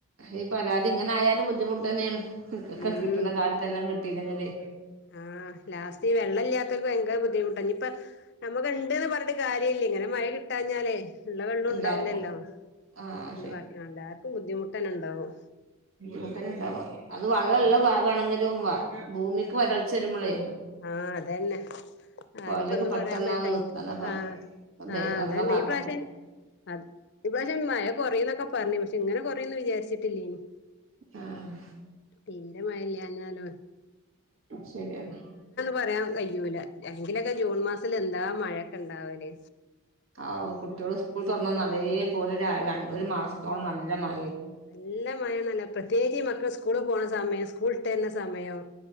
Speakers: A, on the right; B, on the left.
A: ഈ പരാതി ഇങ്ങനെ ആയാലും ബുദ്ധിമുട്ട് തന്നെയാണ്െ
B: ഉം
A: കിട്ടുന്ന കാലത്തെ എല്ലാം കിട്ടീല്ലങ്ങനെ
B: ആഹ് ലാസ്റ്റ് ഈ വെള്ളം ഇല്ലാത്തവർക്ക് ഭയങ്കര ബുദ്ധിമുട്ട ഇനി ഇപ്പ നമുക്കുണ്ട്ന്ന് പറഞ്ഞിട്ട് കാര്യമില്ലേ ഇങ്ങനെ മഴ കിട്ടാഞ്ഞാലേ ഉള്ള വെള്ളം
A: എല്ലാർക്കും
B: ഉണ്ടാവലല്ലോ
A: ആഹ്
B: അ ബാക്കി എല്ലാവർക്കും ബുദ്ധിമുട്ട് തന്നെ ഉണ്ടാവും
A: കൂട്ടന ഉണ്ടാവാ അത് വെള്ളംമള്ള
B: ആഹ്
A: ഭാഗമാണെങ്കിലും വ ഭൂമിക്ക് വരൾച്ച വരുമ്പോളേ
B: ആഹ അതന്നെ
A: കൊയലൊക്കെ
B: ആരിപ്പ ഒന്നും
A: പെട്ടെന്നാ
B: പറയാൻ പോ കഴ
A: നിർത്താന്നാ പറ
B: ആഹ
A: ദൈ
B: ആഹ് അതന്നെ
A: അള്ള കാക്കട്ടെ
B: ഈ പ്രാവശ്യ അത് ഇപശെ മഴ കൊറ എന്നൊക്കെ പറഞ്ഞു പക്ഷെ ഇങ്ങനെ കൊറന്ന് വിചാരിച്ചിട്ടില്ലേ ഇനി
A: ആഹ
B: തീരമായില്ല അഞ്ഞാലും
A: ശരിയാണ്
B: പറയാൻ കഴിയൂല അല്ലെങ്കിലൊക്കെ ജൂൺ മാസത്തില് എന്താ മഴൊക്കെ ഉണ്ടാവല്
A: ആ കുട്ടികട് സ്കൂൾ തുറന്ന വന്ന് അതേപലെ ര ഒരു മാസത്തോളം നല്ല മ
B: നല്ല മഴണല്ല പ്രത്യേകിച്ച് മക്കൾ സ്കൂള പോണ സമയം സ്കൂൾ ഇട്ട തരുന്ന സമയം